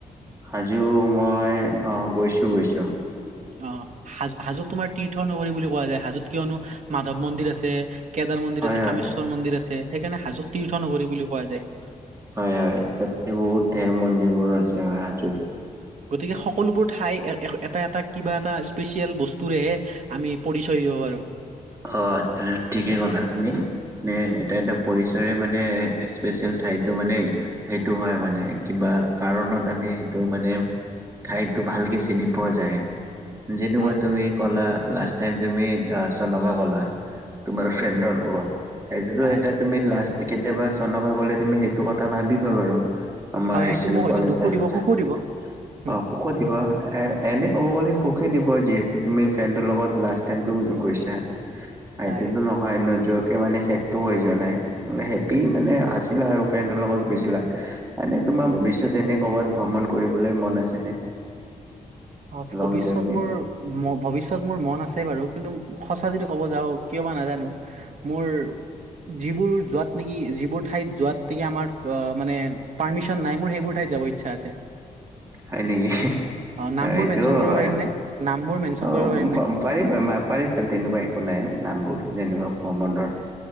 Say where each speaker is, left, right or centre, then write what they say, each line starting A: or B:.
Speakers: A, on the right; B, on the right.
A: হাজো মই অহ, গৈছো-গৈছো।
B: অ, হাজ-হাজোত তোমাৰ তীৰ্থ নগৰী বুলি কোৱা যায়। হাজোত কিয়নো মাধৱ মন্দিৰ আছে। কেদাৰ মন্দিৰ
A: হয়
B: আছে,
A: হয়
B: কামেশ্বৰ মন্দিৰ আছে, সেইকাৰণে হাজোক তীৰ্থ নগৰী বুলি কোৱা যায়।
A: হয়-হয়, তাতে বহুত ঢেৰ মন্দিৰবোৰ আছে, হাজোত
B: গতিকে সকলোবোৰ ঠাই, এটা-এটা কিবা এটা স্পেচিয়েল বস্তুৰেহে আমি পৰিচয় দিব পাৰো।
A: অ, ঠিকেই ক'লা। তুমি নে এটা-এটা, পৰিচয় মানে স্পেচিয়েল ঠাইতো মানে সেইটো হয়, মানে মানে, কিবা কাৰণত আমি সেইটো মানে ঠাইতো ভালকে চিনি পোৱা যায়। যেনেকোৱা
B: হয়
A: তুমি ক'লা, লাষ্ট টাইম তুমি চনকা গ'লা। তোমাৰ ফ্ৰেণ্ডৰ অনুবাদ, সেইটো
B: হয়
A: যে এটা তুমি লাষ্ট কেতিয়াবা চনকা গ'লে, তুমি সেইটো কথা ভাবিবা বাৰু আমাৰ
B: হয়
A: আহিছিলো,
B: সেইটো মোক হয়তো
A: কলেজ
B: দুখো
A: লাইফতে।
B: দিব সুখো দিব উম
A: অ, সুখো দিব, এ, এনে ক'ব গ'লে সুখে দিব যিহেতু তুমি ফ্ৰেণ্ডৰ লগত লাষ্ট টাইমটো গৈছা, এইটোতো
B: হয়।
A: নহয় নোযোৱাত সেইটোৱে মানে শেষটো হৈ যোৱা নাই, হেপি মানে আছো আৰু ফ্ৰেণ্ডৰ লগত গৈছিলা, এনে তোমাৰ ভৱিষ্যত, এনে কৰ'বাত ভ্ৰমণ কৰিবলৈ মন আছেনে?
B: অ, ভৱিষ্যত
A: লং জাৰ্ণি
B: মোৰ, ভৱিষ্যত মোৰ মন আছে। আছে বাৰু, কিন্তু সঁচা যদি ক'ব যাওঁ, কিয় বা নাজানো মোৰ যিবোৰ যোৱাত নেকি, যিবোৰ ঠাইত যোৱাত নেকি আমাৰ মানে পাৰ্মিচন নাই মোৰ সেইবোৰ ঠাইত যাব ইচ্ছা আছে।
A: হয় নেকি?
B: অ, নামবোৰ
A: এইটোও
B: মেনচন কৰিব
A: হয়।
B: পাৰিম নে? নামবোৰ মেনচন
A: অ,
B: কৰিব পাৰিম নে?
A: পাৰিবা-পাৰিবা, তেনেকুৱা একো নাই নামবোৰ, যেনেকুৱা ভ্ৰমণৰ